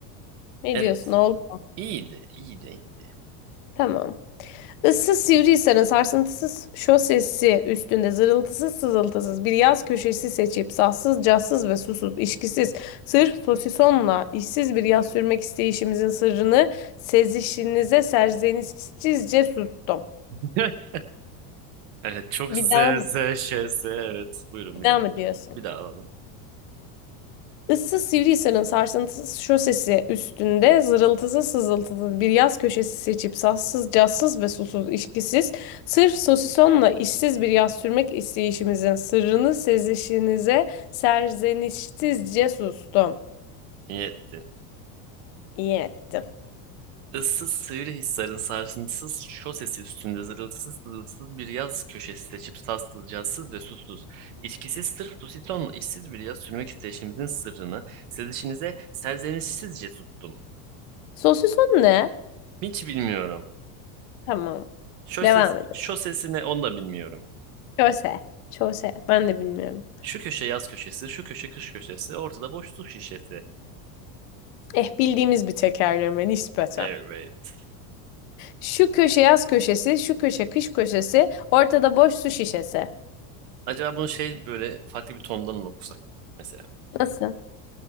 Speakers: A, on the left (about 35°); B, on the right (about 30°).
A: Ne
B: Evet.
A: diyorsun oğlum?
B: İyiydi, iyiydi, iyiydi.
A: Tamam. Issız sivriysen sarsıntısız şosesi üstünde zırıltısız sızıltısız bir yaz köşesi seçip sassız cassız ve susuz işkisiz sırf sosisonla işsiz bir yaz sürmek isteyişimizin sırrını sezişinize serzenişsizce sustum.
B: <laughs> Evet, çok
A: Bir
B: z
A: daha mı?
B: z ş s. Evet, buyurun
A: Bir
B: bir
A: daha
B: daha.
A: mı diyorsun?
B: Bir daha alalım.
A: Issız Sivrihisar'ın sarsıntısız şosesi üstünde zırıltısı sızıltılı bir yaz köşesi seçip sassız, cazsız ve susuz işkisiz, sırf sosisonla işsiz bir yaz sürmek isteyişimizin sırrını sezişinize serzenişsizce sustum.
B: İyi ettin.
A: İyi ettim.
B: Issız Sivrihisar'ın sarsıntısız şosesi üstünde zırılsız zırılsız bir yaz köşesi seçip sassız, cazsız ve susuz. İçkisiz sırf pusisonla işsiz bir yaz sürmek isteyişimizin sırrını sezişinize serzenişsizce tuttum.
A: Sosison ne?
B: Hiç bilmiyorum.
A: Tamam.
B: Şoses,
A: Devam edelim.
B: şosesi ne onu da bilmiyorum.
A: Köse. Çose. Ben de bilmiyorum.
B: Şu köşe yaz köşesi, şu köşe kış köşesi, ortada boş su şişesi.
A: Eh bildiğimiz bir tekerleme nispeten.
B: Evet.
A: Şu köşe yaz köşesi, şu köşe kış köşesi, ortada boş su şişesi.
B: Acaba bunu şey böyle farklı bir tondan mı okusak mesela?
A: Nasıl?